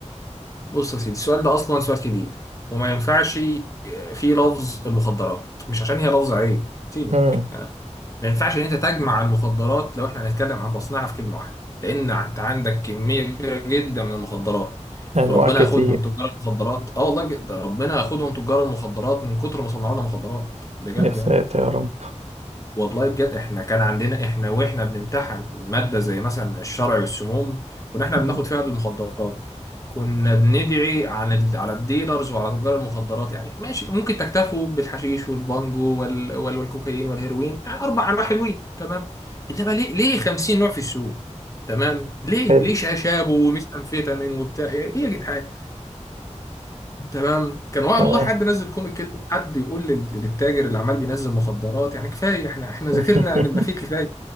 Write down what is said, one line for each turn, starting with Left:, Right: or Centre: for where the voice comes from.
Left: بص يا سيدي السؤال ده اصلا سؤال كبير وما ينفعش فيه لفظ المخدرات مش عشان هي لفظ عيب سيبك
Right: مم.
Left: ما ينفعش ان انت تجمع المخدرات لو احنا هنتكلم عن تصنيعها في كلمه واحده لان انت عندك كميه كبيره جدا من المخدرات
Right: أنواع
Left: وربنا
Right: كتير
Left: ياخدهم تجار المخدرات اه والله جد- ربنا ياخدهم تجار المخدرات من كتر ما صنعوا لنا مخدرات بجد
Right: يا ساتر
Left: يعني
Right: يا رب
Left: والله بجد احنا كان عندنا احنا واحنا بنمتحن مادة زي مثلا الشرع والسموم كنا احنا
Right: مم.
Left: بناخد فيها المخدرات كنا بندعي عن ال... على الديلرز وعلى تجار المخدرات يعني ماشي ممكن تكتفوا بالحشيش والبانجو وال... وال... والكوكايين والهيروين يعني اربع انواع حلوين تمام انما ليه ليه 50 نوع في السوق تمام ليه
Right: حلو
Left: ليه شاشاب ومش امفيتامين وبتاع ايه يا جدعان تمام كان والله
Right: تمام.
Left: حد نزل كوميك كده حد يقول لل- للتاجر اللي عمال بينزل مخدرات يعني كفايه احنا احنا
Right: <laughs>
Left: ذاكرنا يعني ما فيه كفايه